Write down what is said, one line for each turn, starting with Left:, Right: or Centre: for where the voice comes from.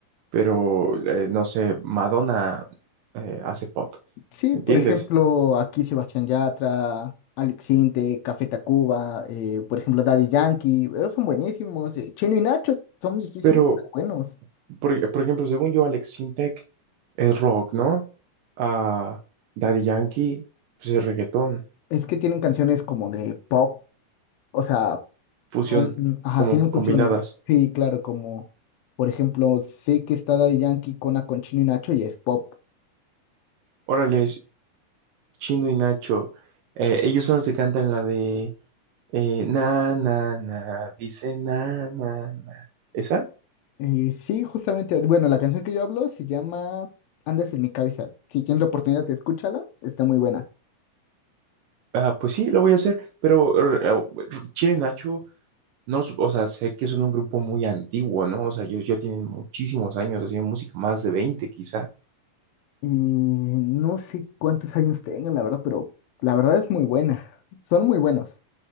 Right: pero, eh, no sé, Madonna eh, hace pop,
Left: Sí,
Right: ¿entiendes?
Left: por ejemplo, aquí Sebastián Yatra, Alex Sinte, Café Tacuba, eh, por ejemplo, Daddy Yankee, ellos son buenísimos. eh, Chino y Nacho son viejísimos,
Right: Pero,
Left: pero buenos.
Right: por, e, por ejemplo, según yo, Alex Sintek es rock, ¿no? Ah, Daddy Yankee, pues es reggaetón,
Left: Es que tienen canciones como de pop, o sea,
Right: fusión,
Left: pop, mm, ajá,
Right: como
Left: tienen fusiones.
Right: combinadas.
Left: Sí, claro, como, por ejemplo, sé que está Daddy Yankee con, ah, con Chino y Nacho y es pop.
Right: Órale, Chino y Nacho, eh, ellos son los que cantan la de... Eh, na, na, na, dice na, na, na. ¿Esa?
Left: Eh, sí, justamente, bueno, la canción que yo hablo se llama Andas en mi cabeza. Si tienes la oportunidad, escúchala, está muy buena.
Right: Ah, pues sí, la voy a hacer, pero r- r- Chile Nacho, no, su- o sea, sé que son un grupo muy antiguo, ¿no? O sea, ellos ya tienen muchísimos años haciendo música, más de 20, quizá.
Left: Y no sé cuántos años tengan, la verdad, pero la verdad es muy buena. Son muy buenos.